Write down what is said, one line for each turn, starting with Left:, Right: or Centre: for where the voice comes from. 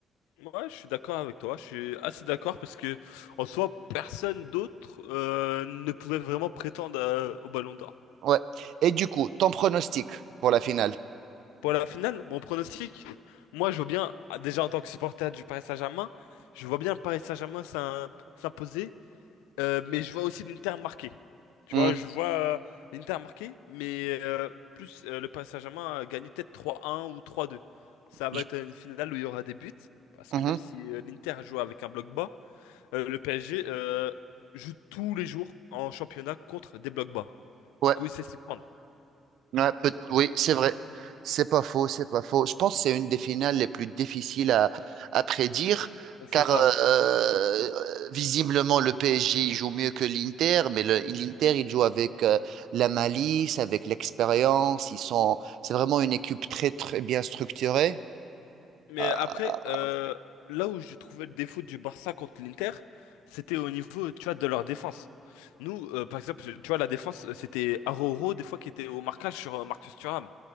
Left: Ouais, je suis d'accord avec toi. Je suis assez d'accord parce que, en soi, personne d'autre euh, ne pouvait vraiment prétendre euh, au Ballon d'Or.
Right: Ouais. Et du coup, ton pronostic pour la finale?
Left: Pour la finale, mon pronostic, moi, je vois bien, ah, déjà en tant que supporter du Paris Saint-Germain, je vois bien le Paris Saint-Germain s'im- s'imposer Euh, mais je vois aussi l'Inter marqué. Tu
Right: Hmm.
Left: vois, je vois euh, l'Inter marqué, mais euh, plus euh, le Paris Saint-Germain euh, gagner peut-être 3-1 ou 3-2. Ça
Right: Je-
Left: va être une finale où il y aura des buts, parce
Right: mhm.
Left: que même si euh, l'Inter joue avec un bloc bas, euh, le PSG euh, joue tous les jours en championnat contre des blocs bas.
Right: Ouais.
Left: Du coup, il sait s'y prendre.
Right: Ouais, peut- oui, c'est vrai. C'est pas faux, c'est pas faux. Je pense que c'est une des finales les plus difficiles à, à prédire,
Left: C'est
Right: car
Left: ça.
Right: euh, euh, visiblement le PSG il joue mieux que l'Inter, mais le- l'Inter il joue avec euh, la malice, avec l'expérience. Ils sont, c'est vraiment une équipe très très bien structurée.
Left: Mais
Right: Euh,
Left: après, euh, là où je trouvais le défaut du Barça contre l'Inter, c'était au niveau, tu vois, de leur défense. Nous, euh, par exemple, tu vois, la défense, c'était Araujo, des fois, qui était au marquage sur euh, Marcus Thuram.